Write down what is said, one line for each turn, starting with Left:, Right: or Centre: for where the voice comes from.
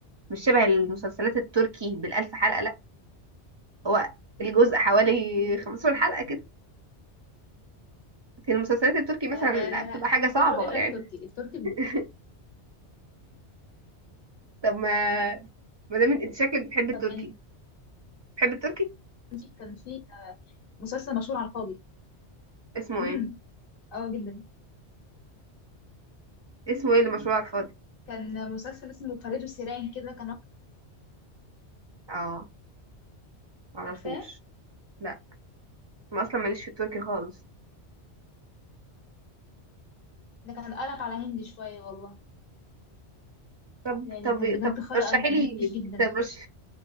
Right: مش شبه المسلسلات التركي بالألف حلقة لا هو الجزء حوالي 15 حلقة كده لكن المسلسلات التركي مثلا
Left: لا لا
Right: لا
Left: لا
Right: بتبقى
Left: لا
Right: حاجة صعبة
Left: كله الا
Right: يعني
Left: التركي التركي
Right: <laughs> طب ما ما دام انت شكلك بتحب التركي
Left: طب يعني
Right: بتحب التركي
Left: كان في كان في مسلسل مشهور على الفاضي
Right: اسمه
Left: امم
Right: ايه
Left: اه جدا
Right: اسمه ايه اللي مشهور على الفاضي
Left: كان مسلسل اسمه فريد وسيران كده كان واحد
Right: اه معرفوش
Left: عارفاه
Right: لا ما اصلا ماليش في التركي خالص
Left: ده كان قلب على هندي شوية والله
Right: طب
Left: يعني
Right: طب
Left: كان بجد
Right: طب
Left: خرا
Right: رشحي
Left: أوي كان
Right: لي
Left: وحش جدا
Right: طب رش